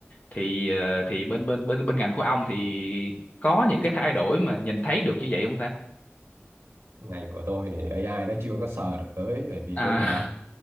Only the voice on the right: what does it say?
ngành của tôi thì AI nó chưa có sờ được tới bởi vì
bây giờ